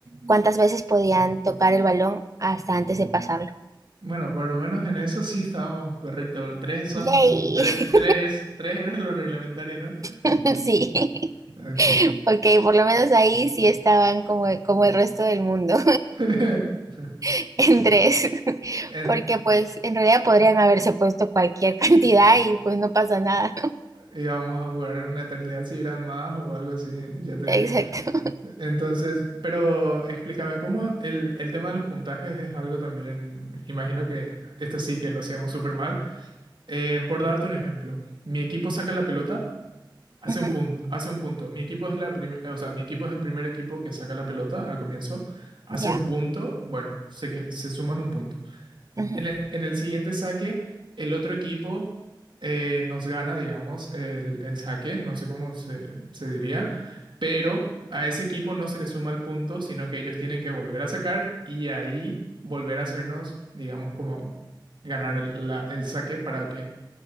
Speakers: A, on the right; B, on the right.
A: ¿cuántas veces podían tocar el balón hasta antes de pasarlo?
B: Bueno, por lo menos en eso sí estábamos correctos. Tres son,
A: ¡Yay!
B: tres, tres, tres era lo reglamentario, ¿no?
A: <laughs> Sí.
B: Ok.
A: Ok, por lo menos ahí sí estaban como, como el resto del mundo,
B: <laughs>
A: <laughs> en tres, <laughs>
B: En,
A: porque pues en realidad podrían haberse puesto cualquier <laughs> cantidad y pues no pasa nada.
B: íbamos a jugar una eternidad si eran más o algo así, ya te
A: Exacto.
B: digo. Entonces, pero explícame, ¿cómo el, el tema de los puntajes es algo también, imagino que esto sí que lo hacíamos súper mal. Eh, por darte un ejemplo, mi equipo saca la pelota, hace
A: <laughs> Ujú,
B: un punto, hace un punto. Mi equipo es la prim- o sea, mi equipo es el primer equipo que saca la pelota al comienzo, hace
A: Ya.
B: un punto, bueno, se, que- se suman un punto.
A: ujú.
B: En el, en el siguiente saque, el otro equipo eh, nos gana, digamos, el, el saque, no sé cómo se, se diría, pero a ese equipo no se le suma el punto, sino que ellos tienen que volver a sacar y ahí volver a hacernos, digamos, como ganar el, la- el saque para que,